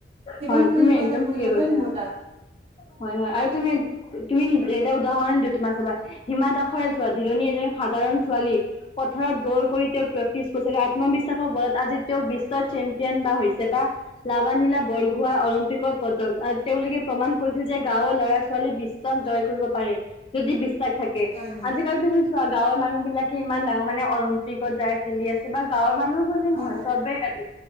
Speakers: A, on the right; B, on the left.
A: কিবা
B: হয়
A: নহয়
B: তুমি
A: কিবা
B: একদম
A: এটা ভুল
B: ঠিকে
A: হ'বই
B: কৈছা।
A: মোৰ তাত
B: হয় হয়, আৰু তুমি তুমি নিজে এটা উদাহৰণ দিওঁ তোমাৰ চাবা, হিমা দাসৰ চোঁৱা যিজনি এজনী সাধাৰণ ছোৱালী, পথাৰত দৌৰ কৰি তেওঁ প্ৰেক্টিছ কৰিছিলে আত্মবিশ্বাসৰ বলত আজি তেওঁ বিশ্বৰ চেম্পিয়ন বা হৈছে বা লাভানীলা বৰগোহায় অলিম্পিকৰ পদক তেওঁলোকে প্ৰমাণ কৰিছে যে গাঁৱৰ ল'ৰা ছোৱালী বিস্ পদক জয় কৰিব পাৰে, যদি বিশ্বাস থাকে,
A: হয় হয়
B: আজিকালি তুমি চোৱা গাঁৱৰ মানুহ বিলাকে ইমান ডাঙৰ মানে অলং পিকত যাই খেলি আছে বা গাঁৱৰ মানুহ বুলি
A: হয়
B: নহয়
A: হয়
B: চবেই আৰু,